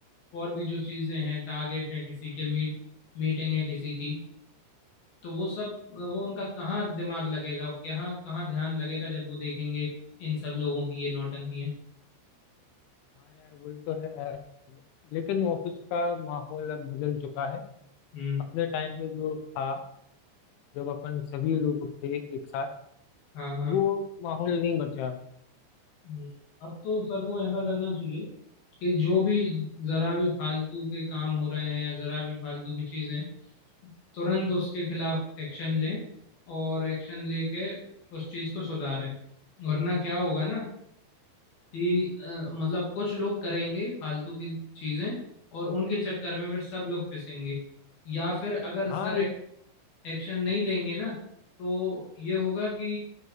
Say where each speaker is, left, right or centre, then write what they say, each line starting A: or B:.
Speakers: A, on the left; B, on the left.
A: और भी जो चीजें हैं टारगेट हैं किसी के मीट मीटिंग है किसी की तो वो सब वो उनका कहाँ दिमाग लगेगा और कहाँ कहाँ ध्यान लगेगा जब वो देखेंगे इन सब लोगों की ये नौटंकी है
B: हाँ यार वही तो है यार लेकिन ऑफिस का माहौल अब बदल चुका है
A: हम्म
B: अपने टाइम पे जो था जब अपन सभी लोग थे एक साथ
A: हाँ हाँ
B: वो माहौल नहीं बचा अब।
A: हम्म, अब तो सर को ऐसा करना चाहिए कि जो भी जरा भी फालतू के काम हो रहे हैं या जरा भी फालतू की चीजें तुरंत उसके खिलाफ एक्शन लें और एक्शन लेके उस चीज को सुधारें वरना क्या होगा ना कि अ, मतलब कुछ लोग करेंगे फालतू की चीजें और उनके चक्कर में फिर सब लोग पिसेंगे या फिर अगर सर
B: हाँ
A: एक्शन नहीं लेंगे ना तो ये होगा कि